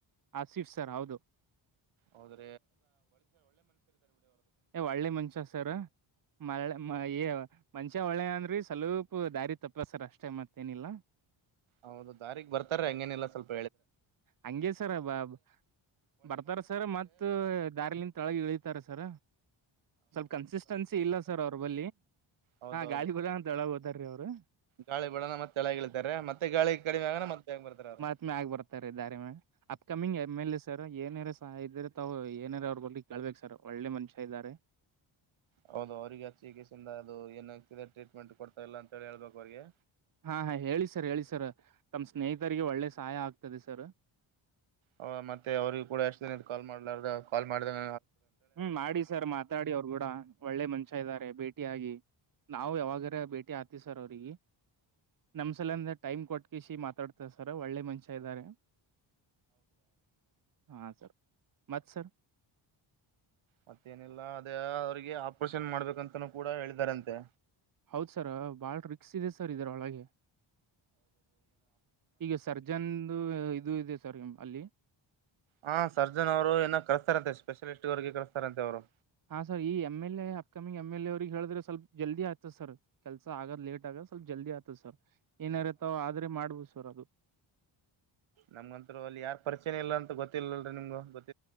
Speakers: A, on the right; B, on the right.
A: ಆಸೀಫ್ ಸರ್ ಹೌದು.
B: ಹೌದು.
A: ಏ ಒಳ್ಳೆ ಮನಷ್ಯ ಸರ್ <unintelligible> ಮಂಷ್ಯ ಒಳ್ಳೆ ಅಂದ್ರಿ ಸ್ವಲಪ್ ದಾರಿ ತಪ್ಪಸ್ಸರ್ ಅಷ್ಟೇ ಮತ್ತೇನಿಲ್ಲ.
B: ಹೌದು ದಾರಿಗ್ ಬರ್ತಾರೆ ಹಂಗೇನಲ್ಲ ಸ್ವಲ್ಪ.
A: ಹಂಗೆ ಸರ ಬಾಬ್. ಬರ್ತಾರ ಸರ್ ಮತ್ ದಾರಿಲಿಂದ ತಳಗ್ ಇಳಿತಾರ ಸರ. ಸ್ವಲ್ಪ ಕನ್ಸಿಸ್ಟೆನ್ಸಿ ಇಲ್ಲ ಸರ್ ಅವ್ರ <unintelligible>
B: ಹೌದೌದು
A: ಗಾಳಿ ಬಲ ಅಂತ ಒಳಗ್ ಹೋದಾರ್ರೀ ಅವ್ರು
B: ಗಾಳಿ ಬಡೋಣ ಮತ್ತೆಳಗಿತಾರೆ ಮತ್ತೆ ಕಳ ಕಡಿಮೆ ಮ <unintelligible> ಬಯಂ ಬತಾರರು.
A: ಮ್ಯಗ್ ಬರ್ತಾರೆ <unintelligible> upcoming M L A sir ಏನರಸ <unintelligible> ತಗೂ ಏನಾರ ಅವ್ರು ಬರ್ಲಿ ಕಳ್ಬೇಕ್ ಸರ್ ಒಳ್ಳೆ ಮನುಷ್ಯ ಇದ್ದಾರೆ.
B: ಹೌದು ಅವ್ರಿಗೆ ಅ ಚಿಕಸೆಯಿಂದ ಅದು ಏನಾಗ್ತಿದೆ ಟ್ರೀಟ್ಮೆಂಟ್ ಕೊಡ್ತಾ ಇಲ್ಲ ಅಂತ ಹೇಳಿ ಹೇಳ್ಬೇಕು ಅವ್ರಿಗೆ.
A: ಹಾ ಹಾ ಹೇಳಿ ಸರ್ ಹೇಳಿ ಸರ್ ತಮ್ಮ ಸ್ನೇಹಿತರಿಗೆ ಒಳ್ಳೆ ಸಹಾಯ ಆಗ್ತದೆ ಸರ್.
B: ಹ ಮತ್ತೆ ಅವ್ರಿ ಕೂಡ ಎಷ್ಟು ದಿನ ಕಾಲ್ ಮಾಡ್ಲಾರ್ದ ಕಾಲ್ ಮಾಡಿದಾಗ
A: ಹ್ಮ್ ಮಾಡಿ ಸರ್ ಮಾತಾಡಿ ಅವ್ರು ಕೂಡ ಒಳ್ಳೆ ಮನ್ಷ ಇದಾರೆ ಭೇಟಿಯಾಗಿ ನಾವು ಯಾವಾಗಾರ ಭೇಟಿ ಆತೀವಿ ಸರ್ ಅವ್ರಿಗೆ. ನಮ್ಸಲ ಅಂದ ಟೈಮ್ ಕೊಟ್ಕಿಸಿ ಮಾತಾಡ್ತಾರ ಸರ್ ಒಳ್ಳೆ ಮನ್ಷ ಇದ್ದಾರೆ. ಹಾ ಸರ್ ಮತ್ ಸರ್
B: ಮತ್ತೇನಿಲ್ಲ ಅದೇ ಅವ್ರಿಗೆ ಆಪರೇಷನ್ ಮಾಡ್ಬೇಕಂತನೂ ಕೂಡ ಹೇಳಿದಾರಂತೆ.
A: ಹೌದ್ ಸರ್ ಬಾಳ್ ರಿಕ್ಸ್ ಇದೆ ಸರ್ ಇದರೊಳಗೆ. ಈಗ ಸರ್ಜನ್ ದು ಇದು ಇದೆ ಸರ್. ಅಲ್ಲಿ
B: ಹಾ ಸರ್ಜನ್ ಅವರು ಏನ ಕಳಸ್ತಾರಂತೆ ಸ್ಪೆಷಲಿಸ್ಟ್ಗೆ ಕಳಸ್ತಾರಂತೆ ಅವ್ರು.
A: ಹಾ ಸರ್ ಈ M L A upcoming M L A ಅವ್ರಗ್ ಹೇಳಿದ್ರೆ ಸ್ಲ್ಪ ಜಲ್ದಿ ಆಯತದ ಸರ್ ಕೆಲ್ಸ ಆಗದ್ ಲೇಟ್ ಆಗತ್. ಸ್ವಲ್ಪ ಜಲ್ದಿ ಆಗ್ತದ ಸರ್ ಏನಾರತಾವ ಆದ್ರೆ ಮಾಡ್ಬೋದು ಸರ್ ಅದು.
B: ನಮ್ಗಂತರು ಅಲ್ಲಿ ಯಾರು ಪರಿಚಯ ಇಲ್ಲ ಅಂತ ಗೊತ್ತಿಲ್ಲಲ್ರರಿ ನಿಮ್ಗ ಗೊತ್ತ.